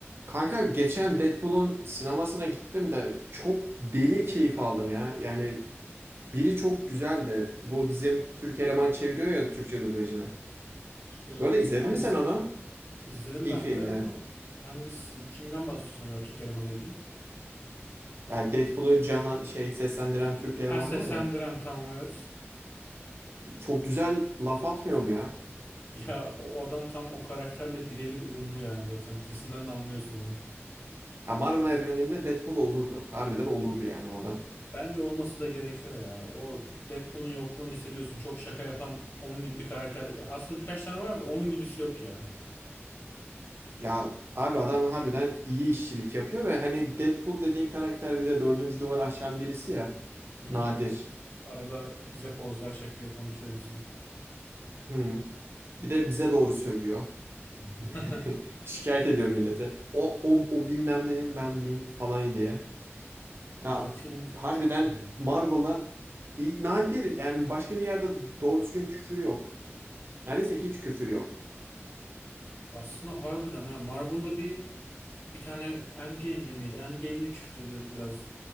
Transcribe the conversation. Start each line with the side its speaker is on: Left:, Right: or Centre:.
Right: Kanka geçen Deadpool'un sinemasına gittim de çok deli keyif aldım ya. Yani biri çok güzeldi. Bu bizim Türk eleman çeviriyor ya Türkçe dublajını.
Left: Eleman
Right: Bu arada izledin
Left: hangisi?
Right: mi sen onu?
Left: İzledim
Right: İlk
Left: ben
Right: filmini.
Left: de ama hangisi kimden bahsediyorsun acaba Türk eleman dediğin?
Right: Yani Deadpool'u cana şey seslendiren Türk eleman
Left: Ha seslendiren
Right: var ya.
Left: tamam evet.
Right: Çok güzel laf atmıyor mu ya?
Left: Ya o o adam tam o karakterle birebir uyumlu yani zaten. Sesinden de anlıyorsun adamın.
Right: Ya Marvel evreninde Deadpool olurdu. Harbiden olurdu yani o adam.
Left: Bence olması da gerekiyor ya. O Deadpool'un yokluğunu hissediyorsun. Çok şaka yapan onun gibi bir karakter. Ya aslında birkaç tane var da onun gibisi yok ya.
Right: Ya abi adam harbiden iyi işçilik yapıyor ve hani Deadpool dediğin karakter bir de dördüncü duvarı aşan birisi ya.
Left: Hı hı.
Right: Nadir.
Left: Arada bize pozlar çekiyor, konuşuyor bizden.
Right: Hı. Bir de bize doğru sövüyor.
Left: <laughs>
Right: <laughs> Şikayet ediyor millete. O o o bilmem nenin ben bin falan diye. Ya
Left: Ya film
Right: harbiden
Left: çok iyi yani.
Right: Marvel'ın iyi- nadir yani başka bir yerde doğru düzgün küfür yok. Neredeyse hiç küfür yok.
Left: Aslında harbiden ha Marvel'da bir Bir tane Endgame'de miydi? Endgame'de küfür ediyordu biraz